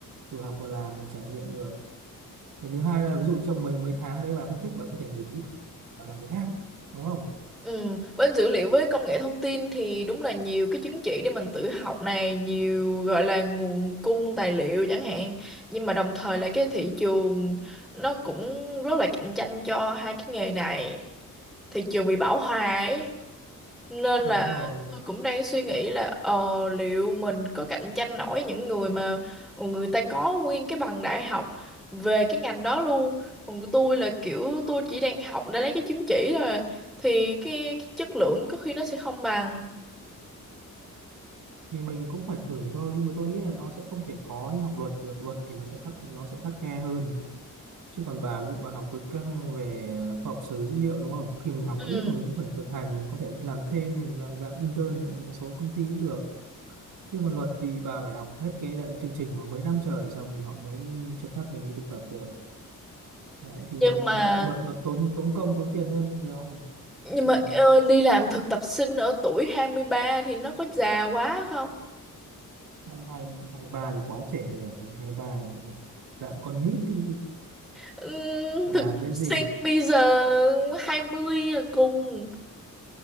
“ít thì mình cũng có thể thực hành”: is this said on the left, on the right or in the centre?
Right